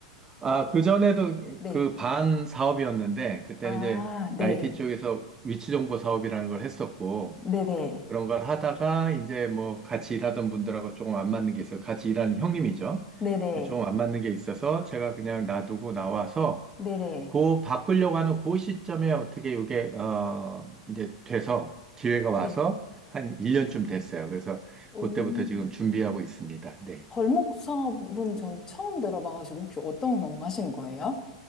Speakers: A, on the right; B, on the left.
A: 아, 그전에도
B: 네.
A: 그 반 사업이었는데, 그때는
B: 아,
A: 이제
B: 네.
A: IT 쪽에서 위치정보 사업이라는 걸 했었고,
B: 네네.
A: 그런 걸 하다가 이제 뭐 같이 일하던 분들하고 조금 안 맞는 게 있어요. 같이 일하는 형님이죠.
B: 네네.
A: 조금 안 맞는 게 있어서 제가 그냥 놔두고 나와서
B: 네네.
A: 그 바꾸려고 하는 그 시점에 어떻게 이게 어 이제 돼서 기회가 와서
B: 네.
A: 한 1년쯤 됐어요. 그래서
B: 오.
A: 그때부터 지금 준비하고 있습니다. 네.
B: 벌목 사업은 전 처음 들어봐가지고 혹시 어떤 업무 하시는 거예요?